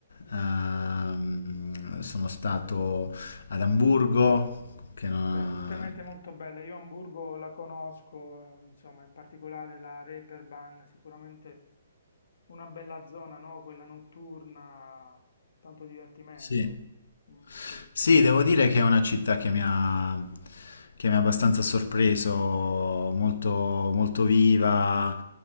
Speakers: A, on the left; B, on the left.
A: ehm, sono stato ad Amburgo, che non-
B: Beh, tutte mete molto belle. Io Hamburgo la conosco, eh, insomma, in particolare la Reeperbahn, sicuramente una bella zona, no? Quella notturna, tanto divertimento.
A: Sì.
B: Mm, sì,
A: Sì, devo dire che è una città che mi ha, che mi ha abbastanza sorpreso, molto, molto viva,